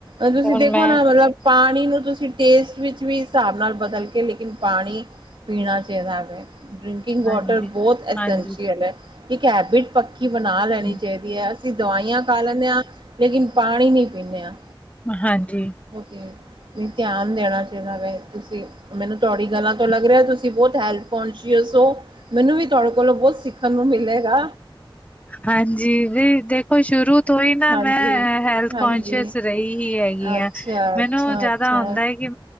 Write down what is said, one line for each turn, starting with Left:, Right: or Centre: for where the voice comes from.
Right: ਅ ਤੁਸੀਂ
Left: ਤੇ ਹੁਣ
Right: ਦੇਖੋ
Left: ਮੈਂ
Right: ਨਾ ਮਤਲਬ ਪਾਣੀ ਨੂੰ ਤੁਸੀਂ ਟੇਸਟ ਵਿੱਚ ਵੀ ਹਿਸਾਬ ਨਾਲ ਬਦਲ ਕੇ ਲੇਕਿਨ ਪਾਣੀ ਪੀਣਾ ਚਾਹੀਦਾ ਵੇ ਡਰਿਕਿੰਗ ਵਾਟਰ
Left: ਹਾਂਜੀ,
Right: ਬਹੁਤ ਅਸੈਸ਼ੀਅਲ
Left: ਹਾਂਜੀ।
Right: ਹੈ ਇੱਕ ਹੈਬਿਟ ਪੱਕੀ ਬਨਾ ਲੈਣੀ
Left: ਬਿਲਕੁਲ,
Right: ਚਾਹੀਦੀ ਹੈ ਅਸੀਂ ਦਵਾਈਆਂ ਖਾ ਲੈਂਨੇ ਆਂ ਲੇਕਿਨ ਪਾਣੀ ਨਹੀਂ ਪੀਂਨੇ ਆ
Left: ਹਾਂਜੀ
Right: ਓਕੇ ਨਹੀਂ ਧਿਆਨ ਦੇਣਾ ਚਾਹੀਦਾ ਵੇ ਤੁਸੀਂ ਮੈਨੂੰ ਤੁਹਾਡੀ ਗੱਲਾਂ ਤੋਂ ਲੱਗ ਰਿਹਾ ਤੁਸੀਂ ਬਹੁਤ ਹੈਲਥ ਕੋਂਸ਼ੀਅਸ ਸੋ ਮੈਨੂੰ ਵੀ ਤੁਹਾਡੇ ਕੋਲੋਂ ਬਹੁਤ ਸਿੱਖਣ ਨੂੰ ਮਿਲੇਗਾ।
Left: ਹਾਂਜੀ ਵੀ ਦੇਖੋ ਸ਼ੁਰੂ ਤੋਂ ਹੀ ਨਾ
Right: ਹਾਂਜੀ
Left: ਮੈਂ ਹੈਲਥ
Right: ਹਾਂਜੀ
Left: ਕੋਂਸ਼ੀਅਸ ਰਹੀ ਹੀ ਹੈ। ਗਿਆ
Right: ਅੱਛਾ,
Left: ਮੈਨੂੰ
Right: ਅੱਛਾ,
Left: ਜਿਆਦਾ
Right: ਅੱਛਾ
Left: ਹੁੰਦਾ ਕਿ